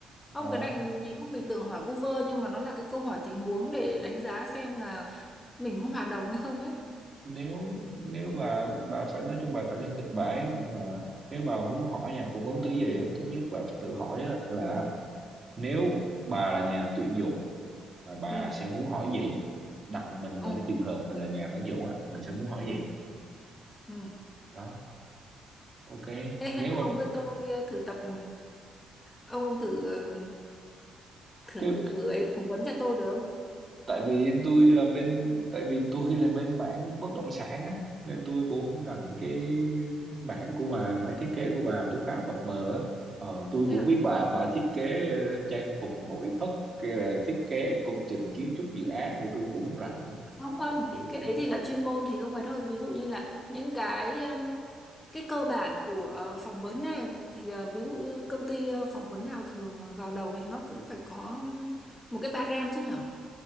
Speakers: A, on the left; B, on the right.
A: Không,
B: Ờ,
A: cái này nhiều lúc mình tưởng hỏi vu vơ nhưng mà nó là cái câu hỏi tình huống để đánh giá xem là mình có hòa đồng hay không ấy.
B: nếu nếu bà bà phải nói chung bà phải lên kịch bản mà nếu bà muốn hỏi nhà phỏng vấn thứ gì á thứ nhất bà phải tự hỏi á là nếu bà là nhà tuyển dụng và bà
A: Ừ.
B: sẽ muốn hỏi gì đặt mình
A: Ừ.
B: vào cái trường hợp mình là nhà tuyển dụng á mình sẽ muốn hỏi gì
A: Ừ.
B: đó ok
A: Ê,
B: nếu
A: hay là
B: mà
A: ông với tôi ờ, thử tập ừ, ông thử ờ, thử
B: cái
A: thử thử ấy phỏng vấn cho tôi được không?
B: tại vì tôi là bên tại vì tôi là bên mảng bất động sản á nên tôi cũng không rành cái mảng của bà mảng thiết kế của bà tôi khá mập mờ á ờ, tôi
A: Thế
B: cũng
A: là
B: biết bà bà thiết kế ờ, trang phục nội thất hay là thiết kế công trình kiến trúc dự án thì tôi cũng không rành nữa
A: không
B: ừ
A: không
B: tôi
A: cái
B: cũng
A: đấy thì là chuyên môn thì không phải thôi ví dụ như là những cái um, cái cơ bản của ờ, phỏng vấn này thì ờ, ví dụ như công ty ờ, phỏng vấn nào thường ờ, vào đầu thì nó cũng phải có um, một cái ba rem chứ nhở